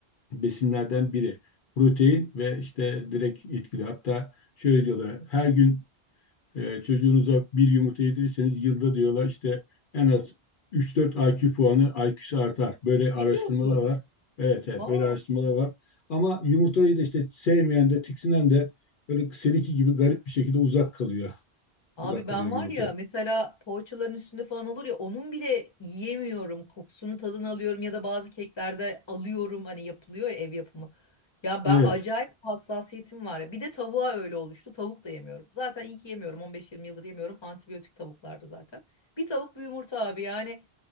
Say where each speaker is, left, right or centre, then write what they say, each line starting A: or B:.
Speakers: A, on the left; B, on the left.
A: besinlerden biri. Protein ve işte direkt etkili. Hatta şöyle diyorlar, her gün e, çocuğunuza bir yumurta yedirirseniz yılda diyorlar işte en az 3-4 IQ puanı IQ'su artar. Böyle araştırmalar
B: Ne diyorsun?
A: var. Evet, evet
B: Ha.
A: böyle araştırmalar var. Ama yumurtayı da işte sevmeyen de tiksinen de böyle seninki gibi garip bir şekilde uzak kalıyor.
B: Abi
A: Uzak kalıyor
B: ben
A: yumurta.
B: var ya mesela poğaçaların üstünde falan olur ya onun bile yiyemiyorum. Kokusunu tadını alıyorum ya da bazı keklerde alıyorum hani yapılıyor ya ev yapımı. Ya ben
A: Evet.
B: acayip hassasiyetim var ya. Bir de tavuğa öyle oluştu. Tavuk da yemiyorum. Zaten iyi ki yemiyorum. 15-20 yıldır yemiyorum. Antibiyotik tavuklardı zaten. Bir tavuk bir yumurta abi yani